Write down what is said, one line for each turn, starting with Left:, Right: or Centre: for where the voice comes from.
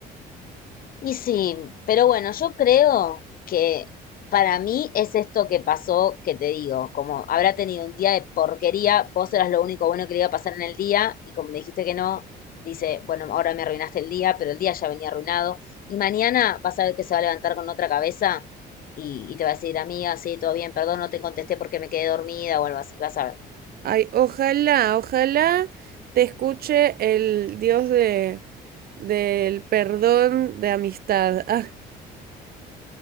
Left: Y sí, pero bueno, yo creo que para mí es esto que pasó, que te digo, como habrá tenido un día de porquería, vos eras lo único bueno que le iba a pasar en el día y como le dijiste que no, dice, bueno, ahora me arruinaste el día, pero el día ya venía arruinado y mañana vas a ver que se va a levantar con otra cabeza y, y te va a decir, amiga, sí, todo bien, perdón, no te contesté porque me quedé dormida o algo así, vas a ver.
Right: Ay, ojalá, ojalá te escuche el Dios de del perdón de amistad. Ah,